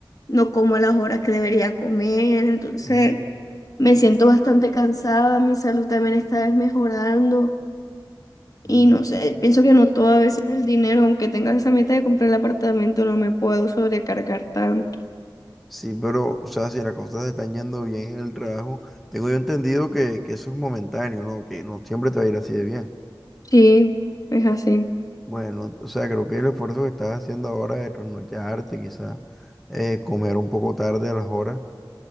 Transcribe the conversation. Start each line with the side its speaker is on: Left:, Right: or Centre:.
Left: no como a las horas que debería comer, entonces
Centre: Mm.
Left: me siento bastante cansada, mi salud también está desmejorando
Centre: Mm.
Left: y no sé, pienso que no todo a veces el dinero, aunque tenga esa meta de comprar el apartamento, no me puedo sobrecargar tanto.
Centre: Sí, pero, o sea, si las cosas te están yendo bien en el trabajo, tengo yo entendido que, que eso es momentáneo, ¿no? Que no siempre te va a ir así de bien.
Left: Sí, es así.
Centre: Bueno, o sea, creo que el esfuerzo que estás haciendo ahora de trasnocharte, quizás eh, comer un poco tarde a las horas,